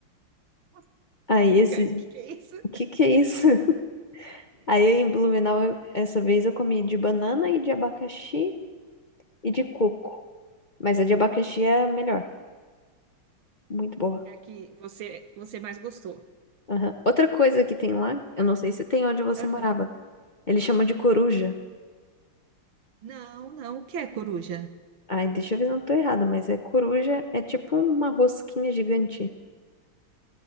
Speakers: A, on the right; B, on the left.
A: <laughs>
B: Aí
A: Cuca,
B: esse,
A: o que que é isso?
B: o que que é isso? <laughs> Aí em Blumenau, eu- essa vez eu comi de banana e de abacaxi e de coco. Mas a de abacaxi é a melhor. Muito boa.
A: É a que você, você mais gostou.
B: Aham. Outra coisa que tem lá,
A: Pra-
B: eu não sei se tem onde você
A: Aham.
B: morava. Eles chamam de coruja.
A: Não, não, o que é coruja?
B: Ai, deixa eu ver se eu não tô errada, mas é coruja, é tipo uma rosquinha gigante.